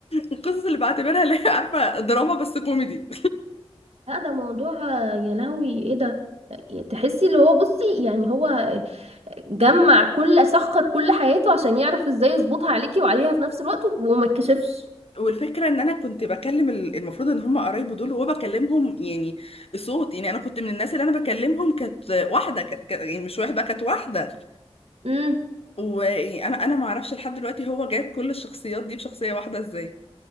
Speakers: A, on the left (about 70°); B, on the right (about 80°).
A: القصص اللي بعتبرها اللي هي عارفة دراما بس كوميدي
B: لا ده موضوع يا لهوي ايه ده تحسي اللي هو بصي يعني هو جمع كل سخر كل حياته عشان يعرف ازاي يظبطها عليكي وعليها في نفس الوقت وما يتكشفش
A: والفكره ان انا كنت بكلم ال- المفروض ان هم قرايبه دول وبكلمهم يعني صوت يعني انا كنت من الناس اللي انا بكلمهم كانت واحده ك... ك... يعني مش واحده كانت واحده
B: امم
A: وانا انا ما اعرفش لحد دلوقتي هو جايب كل الشخصيات دي بشخصيه واحده ازاي